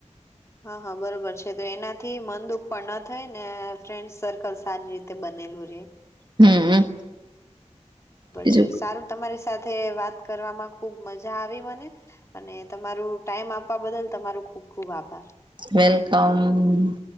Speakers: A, on the left; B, on the right.
A: હા હા બરોબર છે. તો એનાથી મન દુઃખ પણ ન થઈ ને ફ્રેન્ડ સર્કલ સારી રીતે બનેલું રહેે.
B: હમમ બીજું.
A: છે સારું તમારી સાથે વાત કરવામાં ખુબ મજા આવી મને. અને તમારું ટાઈમ આપવા બદલ તમારું ખુબ ખુબ આભાર.
B: વેલકમ